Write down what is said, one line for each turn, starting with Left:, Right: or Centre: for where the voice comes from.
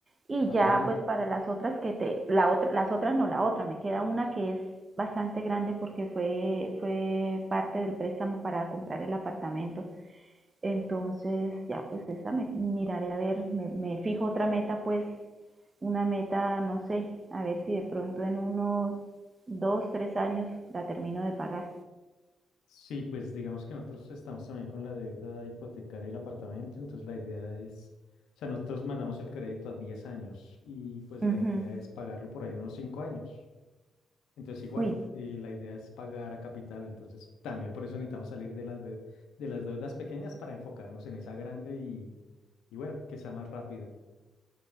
Right: Y
Left: Ah,
Right: ya
Left: bueno,
Right: pues para las otras que te, la otra, las otras no, la otra, me queda una que es bastante grande porque fue, fue parte del préstamo para comprar el apartamento. Entonces ya pues esa me miraré a ver, me, me fijo otra meta pues, una meta, no sé, a ver si de pronto en unos dos, tres años la termino de pagar.
Left: Sí, pues digamos que nosotros estamos también con la deuda hipotecaria del apartamento, entonces la idea es, o sea, nosotros mandamos el crédito a 10 años y pues
Right: Ujú.
Left: la idea es pagarlo por ahí en unos 5 años. Entonces igual,
Right: Uy,
Left: t- eh, la idea es pagar a capital, entonces también por eso necesitamos salir de las, de, de las deudas pequeñas para enfocarnos en esa grande y, y bueno, que sea más rápido.